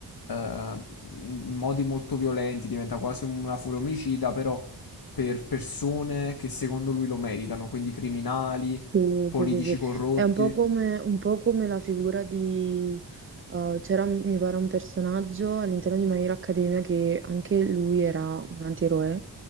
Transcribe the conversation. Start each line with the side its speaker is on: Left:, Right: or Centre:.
Left: eh, in modi molto violenti, diventa quasi una furia omicida, però per persone che secondo lui lo meritano, quindi criminali,
Right: Sì,
Left: politici
Right: sì, sì, sì.
Left: corrotti,
Right: È un po' come, un po' come la figura di... eh, c'era, mi pare, un personaggio all'interno di My Hero Academia che anche lui era un antieroe,